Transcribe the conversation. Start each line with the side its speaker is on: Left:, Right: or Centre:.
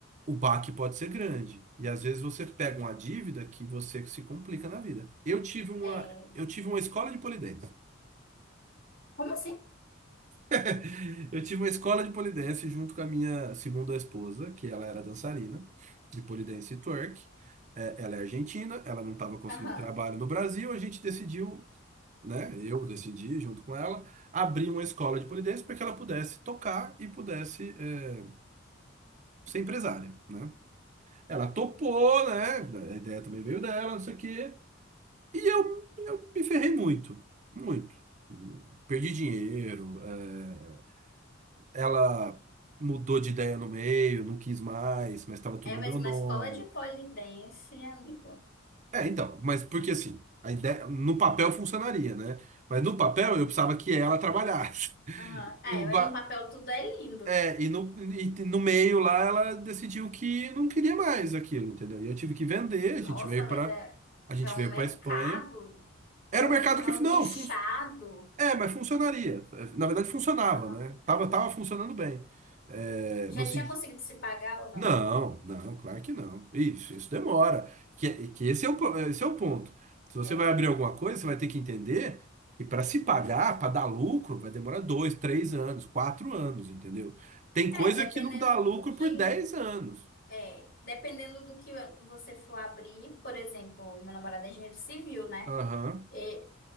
Right: o baque pode ser grande. E às vezes você pega uma dívida que você se complica na vida. Eu tive uma,
Left: É,
Right: eu tive uma escola de pole dance.
Left: como assim?
Right: <laughs> Eu tive uma escola de pole dance junto com a minha segunda esposa, que ela era dançarina de pole dance e twerk. É, ela é argentina, ela não estava conseguindo
Left: Aham.
Right: trabalho no Brasil, a gente decidiu, né? Eu decidi, junto com ela, abrir uma escola de pole dance para que ela pudesse tocar e pudesse é, ser empresária, né? Ela topou, né? A ideia também veio dela, não sei o quê. E eu, eu me ferrei muito, muito. Perdi dinheiro, eh, ela mudou de ideia no meio, não quis mais, mas estava tudo
Left: É,
Right: no
Left: mas
Right: meu
Left: uma
Right: nome.
Left: escola de pole dance, amigo.
Right: É, então, mas porque assim, a ideia no papel funcionaria, né? Mas no papel eu precisava que ela trabalhasse. <laughs>
Left: Aham. Ah,
Right: E,
Left: É, mas
Right: ba-
Left: no papel tudo é lindo.
Right: É, e no, e no meio lá ela decidiu que não queria mais aquilo, entendeu? E eu tive que vender,
Left: Nossa,
Right: a gente veio
Left: mas
Right: para
Left: é,
Right: a gente
Left: é um
Right: veio
Left: mercado
Right: para Espanha. Era
Left: tão,
Right: um mercado
Left: é
Right: que
Left: um
Right: não,
Left: nichado.
Right: fun, é, mas funcionaria. Na verdade funcionava,
Left: Aham.
Right: né? Tava, tava funcionando bem. É,
Left: Já
Right: no, sen-
Left: tinha conseguido se pagar ou não?
Right: não, não, claro que não. Isso, isso demora. Que, que esse é o, po- esse é o ponto. Se você
Left: É.
Right: vai abrir alguma coisa, você vai ter que entender que para se pagar, para dar lucro, vai demorar dois, três anos, quatro anos, entendeu? Tem coisa
Left: É, dependendo
Right: que não dá lucro
Left: do que
Right: por dez anos.
Left: É, Dependendo do que você for abrir, por exemplo, meu namorado é engenheiro civil, né?
Right: Aham,
Left: E